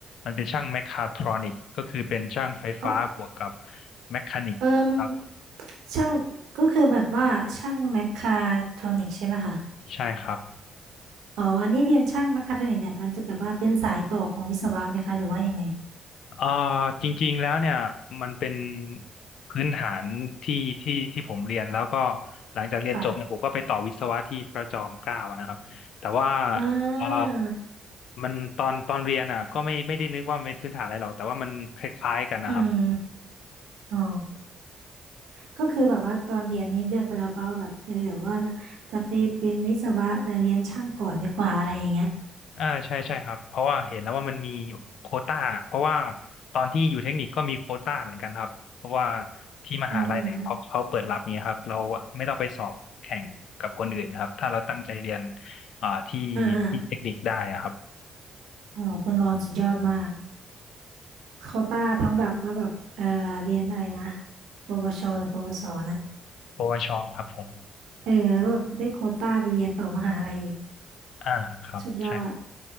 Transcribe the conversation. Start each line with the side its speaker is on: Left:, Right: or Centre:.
Left: มันเป็นช่างแมคคาทรอนิกส์ก็คือเป็นช่างไฟฟ้าบวกกับ
Right: เออ
Left: แมคคานิกส์ครับ
Right: เอิ่มช่างก็คือแบบว่าช่างแมคคาโทรอนิกใช่ไหมคะ
Left: ใช่ครับ
Right: อ๋ออันนี้เรียนช่างนะคะท่านเนี่ยมันจะแบบว่าเป็นสายต่อของวิศวะไหมคะหรือว่ายังไง
Left: เอ่อจริงๆแล้วเนี่ยมันเป็นพื้นฐานที่ที่ที่ผมเรียนแล้วก็หลังจากเรียนจบเนี่ยผมก็ไปต่อวิศวะที่พระจอมเกล้าอะนะครับแต่ว่า
Right: ค่ะอ่
Left: เอ่อ
Right: า
Left: มันตอนตอนเรียนอ่ะก็ไม่ไม่ได้นึกว่ามันเป็นพื้นฐานอะไรหรอกแต่ว่ามันคล้ายๆกันนะครับ
Right: อืมอ๋อก็คือแบบว่าตอนเรียนนี้เลือกไปแล้วป่ะว่าแบบเออเดี๋ยวว่าจะไปเป็นวิศวะแต่เรียนช่างก่อนดีกว่าอะไรอย่างเงี้ย
Left: อ่าใช่ใช่ครับเพราะว่าเห็นแล้วว่ามันมีโควต้าเพราะว่าตอนที่อยู่เทคนิคก็มีโควต้าเหมือนกันครับเพราะว่าที่มหาลัยเนี่ยเขาเขาเปิดรับเนี่ยครับเราไม่ต้องไปสอบแข่งกับคนอื่นครับถ้าเราตั้งใจเรียน
Right: อืมอืม
Left: อ่าที่
Right: อ่าอ่า
Left: ที่เทคนิคได้อะครับ
Right: อ๋อคุณรอนสุดยอดมากโควต้าทั้งแบบว่าแบบเออเรียนอะไรนะปวชหรือปวสนะ
Left: ปวชครับผม
Right: เออแล้วก็แบบได้โควต้าไปเรียนต่อมหาลัยอีก
Left: อ่าครับใช่
Right: สุดยอด